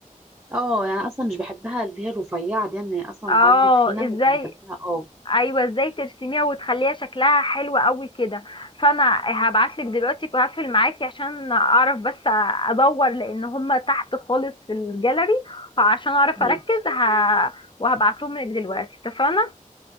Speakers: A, on the right (about 15°); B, on the left (about 35°).
A: اه يعني انا اصلا مش بحبها اللي هي الرفيعه دي انا اصلا
B: اه
A: عاجبي تخينه
B: ازاي
A: بس بحبها اه
B: ايوه ازاي ترسميها وتخليها شكلها حلو قوي كده فانا هبعتلك دلوقتي وهقفل معاكي عشان اعرف بس ادور لان هما تحت خالص في الجاليري فعشان اعرف
A: ماشي
B: اركز ه... وهبعتهم لك دلوقتي اتفقنا